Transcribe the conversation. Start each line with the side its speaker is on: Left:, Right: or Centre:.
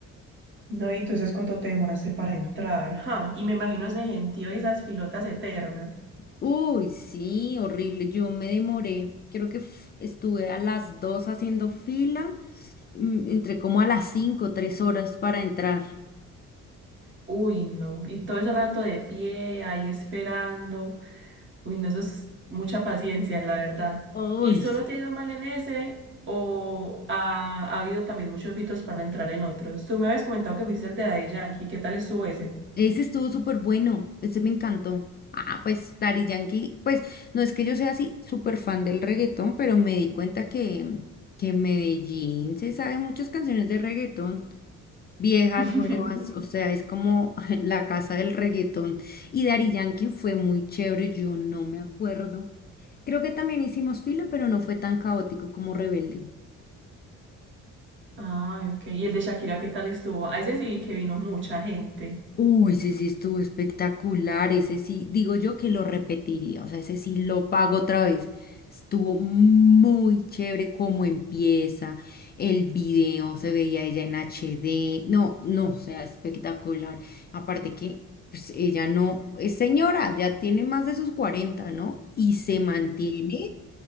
Right: No, y entonces cuánto te demoraste para entrar. Ajá, y me imagino ese gentío y esas filotas eternas.
Left: Uy, sí, horrible. Yo me demoré. Creo que f- estuve a las 2 haciendo fila. mm, Entré como a las 5, 3 horas para entrar.
Right: Uy, no. Y todo ese rato de pie, ahí esperando. Uy, no, eso es mucha paciencia, la verdad.
Left: Uy,
Right: ¿Y solo te ha ido mal en ese o ha, ha habido también muchos filtros para entrar en otros? Tú me habías comentado que fuiste el de Daddy Yankee. ¿Qué tal estuvo ese?
Left: ese estuvo súper bueno. Ese me encantó. Ah, pues Daddy Yankee. Pues no es que yo sea así súper fan del reggaetón, pero me di cuenta que, que en Medellín se sabe muchas canciones de reggaetón. Viejas,
Right: <laughs>
Left: nuevas, o sea, es como <laughs> la casa del reggaetón. Y Daddy Yankee fue muy chévere, yo no me acuerdo. Creo que también hicimos filo, pero no fue tan caótico como Rebelde.
Right: Ah, ok. ¿Y el de Shakira qué tal estuvo? A ese sí vi que vino mucha gente.
Left: Uy, ese sí estuvo espectacular, ese sí, digo yo que lo repetiría, o sea, ese sí lo pago otra vez. Estuvo muy chévere cómo empieza, el video se veía ella en HD, no, no, o sea, espectacular. Aparte que pues, ella no es señora, ya tiene más de sus 40, ¿no? Y se mantiene